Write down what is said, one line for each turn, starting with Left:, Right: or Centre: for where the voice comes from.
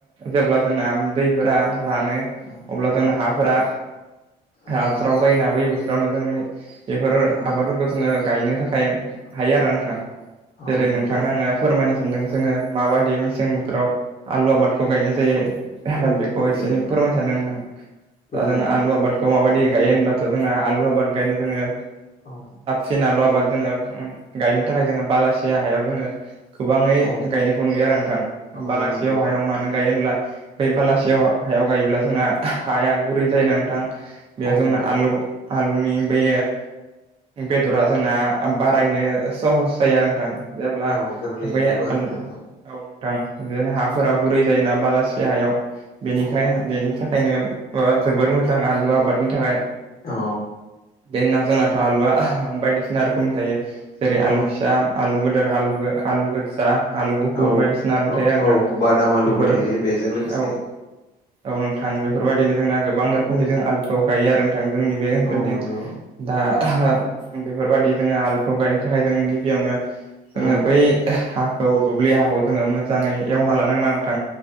Right: जेब्ला जोंना दैफोरा रानो
Left: औ
Right: अब्ला जोंनो हाफोरा
Left: औ
Right: हानसाराव जायो ना बै बोथोरावनो जों बेफोरो
Left: औ
Right: जो गायनो थाखाय हायो आरो नोंथ
Left: औ
Right: जेरै
Left: नंगौ
Right: नोंथनो आङो फोरमायनो सानदों जोङो माबायदि मेसें बोथोराव आलु आबादखौ गायनाय जायो
Left: औ
Right: बेखौ
Left: फोरमायलाय
Right: एसे एनै फोरमायनो सानदों होनां
Left: फोरमायलाय
Right: दाजों आलु आबादखौ माबायदि गायो होनब्लाथ' जोंना आलु आबाद गायनो जोङो
Left: औ
Right: फिन आलु आबाद जोङो गायनो थाखाय जोङो बालासिया हायाव जोङो गोबाङै
Left: औ
Right: गायनायखौ नुयो आरो नोंथां
Left: औ
Right: बलासियाव
Left: नंगौ
Right: हायाव मानो गायो होनब्ला बै बलासियाव हायाव गायोब्ला जोंना हाया गुरै जायो ना नोंथां बेयाव
Left: औ
Right: जोंना
Left: नंगौ
Right: आलु आलुनि बे बेदरा जोंना बारायनो सहस जायो आरो नोंथां जेब्ला
Left: औ गोरलैयैनो
Right: बै
Left: बारायलाङो
Right: औ नोंथां बिदिनो हाफोरा
Left: औ
Right: गुरै जायोना बालासि हायाव बेनिखाय
Left: औ
Right: बेनि थाखाय बेखायनो जोबोर मोजां आलु आबादनि थाखाय
Left: औ
Right: बेनि उनाव जोंनाथ' आलु आलुआ बायदिसिना रोखोमनि जायो जेरै
Left: औ
Right: आलु फिसा आलु गोदोर आलु गोजा आलु गुफुर
Left: औ
Right: बायदिसिना आलु
Left: औ
Right: थायो आरोना
Left: औ बादाम आलुबो
Right: नोंथां बेफोरो
Left: थायो बेजों लोगोसे
Right: औ औ नोंथां बेफोरबायदिनो जोंना गोबां रोखोमनि जों आलुखौ गायो आरो जोंनि बे ओनसोलथिंदा
Left: औ नंगौ
Right: बेफोरबाददि जोङो आलुखौ गायनो थाखाय जोङो गिबियावनो जोङो
Left: औ
Right: बै हा खौ दुब्लि हाखौ जोङो मोजाङै एवना लानांगोन नथां